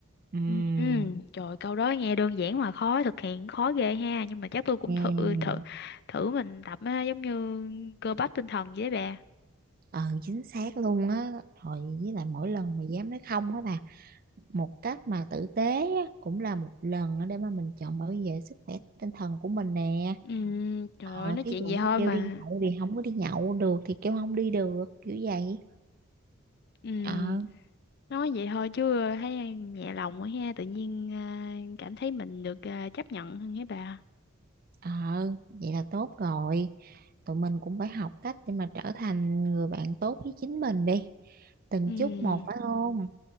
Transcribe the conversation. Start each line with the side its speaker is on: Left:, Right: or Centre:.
Right: Ừm.
Left: Ừ, trời ơi, câu đó nghe đơn giản mà khó thực hiện khó ghê ha nhưng mà chắc tôi cũng
Right: Ừm.
Left: thử thử
Right: Ừ,
Left: thử mình tập á, giống như cơ bắp tinh thần vậy đấy bà
Right: Ờ chính xác luôn á rồi với lại mỗi lần mà dám nói không á bà một cách mà tử tế á, cũng là một lần á để mà mình chọn bảo vệ sức khỏe tinh thần của mình nè
Left: Ừm, trời
Right: Ờ,
Left: ơi, nói
Right: thí
Left: chuyện
Right: dụ
Left: vậy
Right: như
Left: thôi
Right: kêu
Left: mà.
Right: đi nhậu thì không có đi nhậu được thì kêu không đi được kiểu vậy
Left: Ừm,
Right: ờ
Left: nói vậy thôi chứ thấy nhẹ lòng quá ha, tự nhiên à, cảm thấy mình được à, chấp nhận hơn hả bà.
Right: ờ vậy là tốt rồi tụi mình cũng phải học cách để mà trở thành người bạn tốt với chính mình đi từng
Left: Ừm.
Right: chút một phải không